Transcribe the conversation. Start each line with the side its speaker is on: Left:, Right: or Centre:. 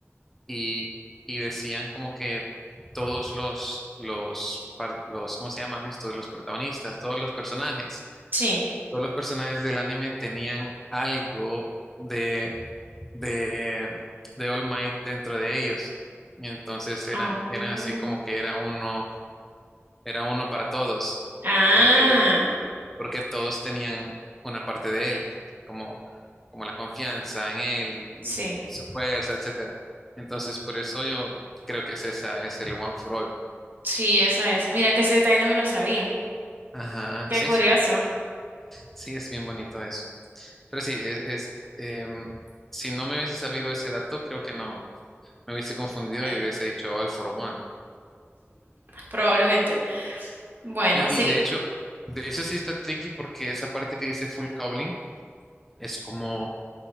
Centre: y, y decían como que todos los, los, par- los, ¿cómo se llaman estos? Los protagonistas, todos los personajes
Right: Sí.
Centre: todos los personajes del anime tenían algo de, de, de All Might dentro de ellos. Y entonces era
Right: Ah,
Centre: eran así como que era uno, era uno para todos,
Right: ah,
Centre: porque, porque todos tenían una parte de él, como, como la confianza en él y,
Right: sí.
Centre: y su fuerza, etcétera. Entonces, por eso yo creo que es esa, es el One for All.
Right: Sí, esa es. Mira que ese detalle no me lo sabía.
Centre: Ajá,
Right: Qué
Centre: sí,
Right: curioso.
Centre: sí. Sí, es bien bonito eso. Pero sí, es, es, em, si no me hubiese sabido ese dato, creo que no me hubiese confundido
Right: Eh,
Centre: y hubiese dicho all for one.
Right: Probablemente. Bueno,
Centre: Y,
Right: sí.
Centre: y de hecho, de eso sí está tricky porque esa parte que dice full cowling es como,